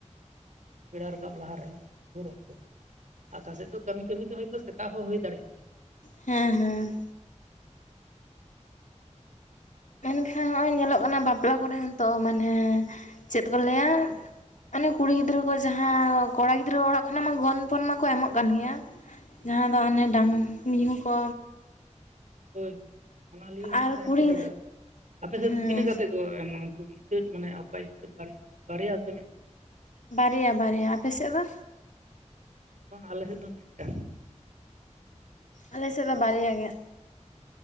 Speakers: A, on the right; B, on the left.
A: ᱵᱮᱲᱟ ᱨᱟᱠᱟᱵ ᱞᱟᱦᱟᱨᱮ ᱵᱷᱳᱨ ᱚᱠᱛᱚ ᱟᱠᱟᱥᱮᱫ ᱫᱚ ᱠᱟᱹᱢᱤ ᱠᱟᱹᱢᱤ ᱫᱚ ᱦᱭᱛᱳ ᱥᱮᱛᱟᱜ ᱦᱚᱸ ᱦᱩᱭ ᱫᱟᱲᱮᱭᱟᱜ-ᱟ᱾
B: ᱦᱮᱸ ᱦᱮᱸ ᱢᱮᱱᱠᱷᱟᱱ ᱦᱚᱸᱜᱼᱚᱭ ᱧᱮᱞᱚᱜ ᱠᱟᱱᱟ ᱵᱟᱯᱞᱟ ᱠᱚᱨᱮ ᱦᱚᱸᱛᱚ ᱢᱟᱱᱮ ᱪᱮᱫ ᱠᱚ ᱞᱟᱹᱭᱟ ᱚᱱᱮ ᱠᱩᱲᱤ ᱜᱤᱫᱽᱨᱟᱹ ᱠᱚ ᱡᱟᱦᱟᱸ ᱠᱚᱲᱟ ᱜᱤᱫᱽᱨᱟᱹ ᱚᱲᱟᱜ ᱠᱷᱚᱱᱟᱜ ᱢᱟ ᱜᱚᱱᱯᱚᱱ ᱢᱟᱠᱚ ᱮᱢᱚᱜ ᱠᱟᱱ ᱜᱮᱭᱟ
A: ᱦᱩᱸ
B: ᱡᱟᱦᱟᱸ ᱫᱚ ᱚᱱᱮ ᱰᱟᱝᱨᱤ ᱢᱤᱦᱩ ᱠᱚ
A: ᱦᱳᱭ ᱦᱳᱭ ᱚᱱᱟ ᱞᱤᱭᱮ ᱦᱚᱸ
B: ᱟᱨ
A: ᱢᱤᱫᱴᱟᱝ
B: ᱠᱩᱲᱤ
A: ᱮᱴᱠᱮᱴᱚᱬᱮ ᱟᱯᱮ ᱥᱮᱫ
B: ᱦᱮᱸ
A: ᱫᱚ ᱛᱤᱱᱟᱹᱜ ᱠᱟᱛᱮ ᱮᱢ ᱩᱱᱠᱩ ᱤᱛᱟᱹᱫ ᱢᱟᱱᱮ ᱟᱯᱟ ᱤᱛᱟᱹᱫ ᱵᱟᱨᱮ ᱤᱛᱟᱹᱫ ᱵᱟᱨᱭᱟ ᱥᱮ ᱢᱤᱫᱴᱟᱝ
B: ᱵᱟᱨᱭᱟ ᱵᱟᱨᱭᱟ ᱟᱯᱮ ᱥᱮᱫ ᱫᱚ
A: ᱵᱟᱝ ᱟᱞᱮᱥᱮᱫ ᱫᱚ ᱢᱤᱫᱴᱟᱝ᱾
B: ᱟᱞᱮᱥᱮᱫ ᱫᱚ ᱵᱟᱨᱭᱟ ᱜᱮ᱾